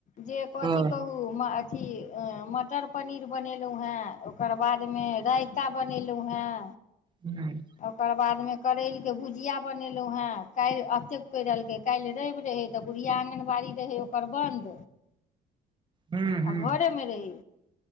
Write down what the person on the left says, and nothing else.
जे कथी
कहु म की अं मटर पनीर बनेलौ हैं। ओकर बादमे राए ता बनेलु हैं।
ओकर बाद ओय मे करेली के भुजिया बनेलो हैं कायल अतेक <unintelligible> के कायल रैब रहेते भु <unintelligible> या आँगनबाड़ी रहै ओकर बन्द।
आ घरे मे रहै